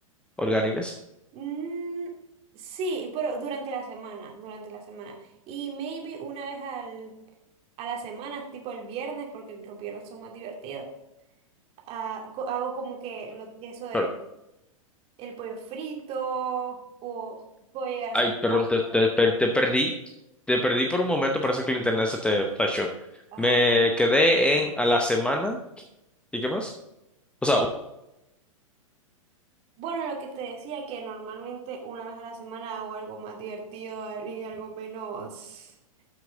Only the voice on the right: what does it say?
Mm, sí, pero durante la semana, durante la semana. Y maybe una vez al, a la semana, tipo el viernes, porque los viernes son más divertidos. ah, co- hago como que lo, eso del
el pollo frito o puedo llegar a hacer
pasta.
Ay,
Bueno, lo que te decía, que normalmente una vez a la semana hago algo más divertido ah, y algo menos.